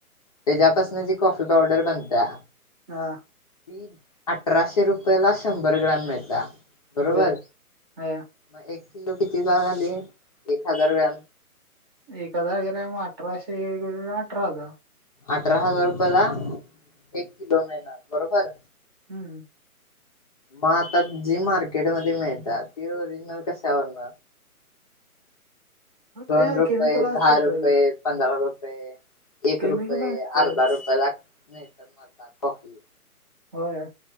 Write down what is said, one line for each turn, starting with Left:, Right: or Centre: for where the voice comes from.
Left: त्याच्यापासून ज कॉफी पावडर बनता.
Right: हा.
Left: ती अठराशे रुपय ला शंभर ग्रॅम मिळ ता, बरोबर
Right: बर हा
Left: म एक किलो कितीचा झाली एक हजार ग्रॅम
Right: एक हजार ग्रॅम अठराशे गे अठरा हजार
Left: अठरा हजार रुपयाला एक किलो मीळणार बरोबर.
Right: हम्म
Left: मग आता जी मार्केट मध्ये मिळतात ती ओरिजनल कशावरण. दोन
Right: त्या
Left: रुपये,
Right: केमिकल असतातच
Left: दहा रुपये, पंधरा रु पये एक
Right: केमिकल
Left: रुपये,
Right: असतेच
Left: अर्धा रुपये ला‌ तर माळता कॉफी.
Right: होय.